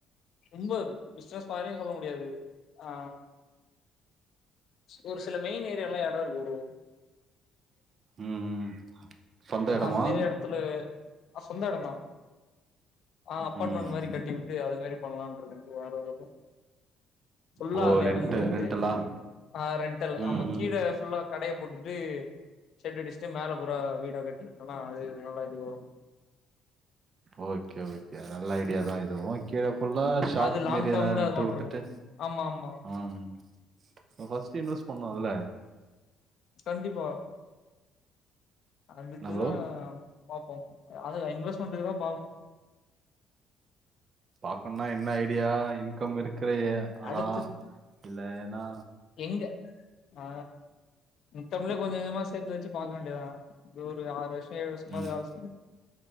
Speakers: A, on the left; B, on the right.
A: ரொம்ப பிஸ்னஸ் மாறியு சொல்ல முடியாது ஆ ஒரு சில மெயின் ஏரியால எடோ இருக்கு ப்ரோ
B: ம் ம் சொந்த இடமா
A: அந்மாறி எடத்துல ஆ சொந்த எடோ தா ஆ அப்பாட்மெண்ட்
B: ம்
A: மாறி கட்டி வுட்டு அது மாறி பண்லாணு இருக்கே ப்ரோ வேற எதுவு இல்ல ஃபுல்லா
B: ஓ
A: அதுல
B: ரெண்ட்டு
A: எறங்க முடியாது
B: ரெண்டலா
A: ஆ ரெண்ட்டல்
B: ம்
A: ஆமா
B: ம்
A: கீழ ஃபுல்லா கடய போட்டுட்டு ஷெட் அடிச்சுட்டு மேலே பூரா வீடா கட்டி வுட்டோனா அது நல்லா இது வரு
B: ஓகே ஓகே நல்ல ஐடியா தா இதுவு கீழ ஃபுல்லா ஷாப்
A: அது லாங்
B: மாறி எதுனா
A: டேர்ம்ல
B: ரென்ட்டு
A: அது மாட்ருக்கு
B: வுட்டுட்டு
A: ஆமா ஆமா
B: ஆம் நம்ம ஃபஸ்ட்டு இன்வெஸ்ட் பண்ணோல
A: கண்டிப்பா அடுத்து
B: என்ன ப்ரோ
A: தா பாப்போ அதுல இன்வெஸ்மெண்ட்டுக்குதா பாக்கனு
B: பாக்கனுனா என்ன ஐடியா இன்கம் இருக்ற எ ஆளா
A: அடுத்து
B: இல்லன்னா
A: நீங்க ஆ இத்தமிழே கொஞ்சகொஞ்சமா சேர்த்து வச்சு பாக்க வேண்டியதா இது ஒரு ஆறு வருஷோ ஏழு வருஷமாவுது
B: ம்
A: வேல செய்னு